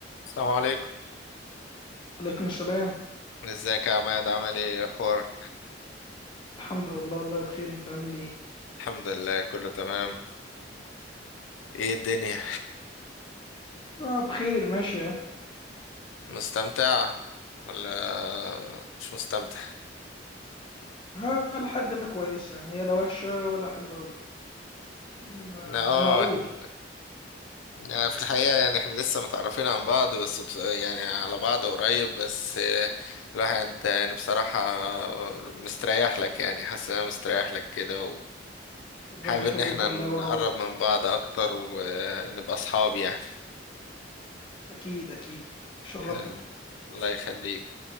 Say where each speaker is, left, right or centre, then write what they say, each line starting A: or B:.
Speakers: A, on the left (about 85°); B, on the left (about 25°).
A: السلام عليكم
B: عليكم السلام
A: ازيك يا عماد عامل ايه ايه اخبارك
B: الحمد لله الله بخير انت عامل ايه
A: الحمد لله كله تمام ايه الدنيا
B: اه بخير ماشية
A: مستمتع ولا مش مستمتع
B: ها لحد ما كويسة يعني هي لا وحشة ولا حلوة أوي ال-
A: لا اه
B: معقول
A: احنا يعني في الحقيقة يعني احنا لسه متعرفين عن بعض بس بص... يعني على بعض قريب بس آه، الواحد يعني بصراحة مستريح لك يعني حاسس ان انا مستريح لك كده
B: ربنا
A: وحابب
B: يخليك
A: ان احنا
B: والله
A: نقرب
B: وأنا برضك
A: من بعض اكتر ونبقى اصحاب يعني
B: أكيد أكيد شرفني
A: <laughs> آه، الله يخليك